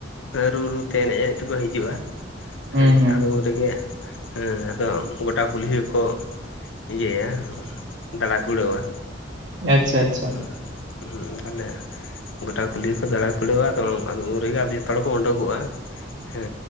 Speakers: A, on the left; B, on the right.
A: ᱨᱩ ᱨᱩ ᱛᱮ ᱮᱱᱮᱡ ᱮᱱᱮᱡ ᱛᱮᱠᱚ ᱦᱤᱡᱩᱜᱼᱟ᱾
B: ᱦᱩᱸ
A: ᱦᱮᱸ
B: ᱦᱩᱸ
A: ᱟᱫᱚ ᱩᱱ ᱨᱮᱜᱮ ᱦᱮᱸ ᱟᱫᱚ ᱜᱚᱼᱼ ᱴᱟ ᱠᱩᱞᱦᱤ ᱠᱚ, ᱤᱭᱟᱹᱭᱟ ᱫᱟᱬᱟ ᱠᱩᱲᱟᱹᱣᱟ᱾
B: ᱟᱪᱪᱷᱟ ᱟᱪᱪᱷᱟ
A: ᱦᱩᱸ ᱦᱩᱸ ᱛᱟᱦᱟᱞᱮ ᱜᱚᱴᱟ ᱠᱩᱞᱦᱤ ᱠᱚ ᱫᱟᱬᱟ ᱠᱩᱲᱟᱹᱣᱟ ᱟᱫᱚ ᱩᱱ ᱨᱮᱜᱮ ᱡᱚᱛᱚ ᱦᱚᱲ ᱠᱚ ᱩᱰᱩᱠᱚᱜᱼᱟ᱾ ᱦᱮᱸ